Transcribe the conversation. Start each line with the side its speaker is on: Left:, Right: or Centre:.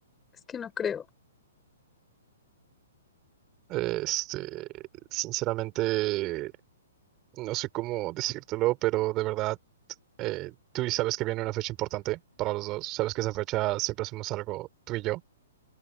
Left: es que no creo.
Right: Este, sinceramente, no sé cómo decírtelo, pero de verdad, eh, tú y sabes que viene una fecha importante para los dos. Sabes que esa fecha siempre hacemos algo tú y yo.